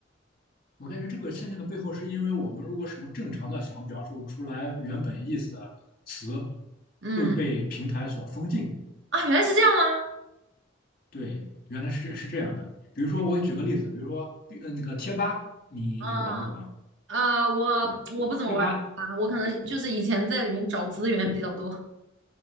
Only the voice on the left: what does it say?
我感觉这个现象的背后是因为我们如果使用正常的想表述出来原本意思的词，
会被平台所封禁。
对，原来是是这样的。比如说，我举个例子，比如说，呃，那个贴吧，你有玩过吗？
贴吧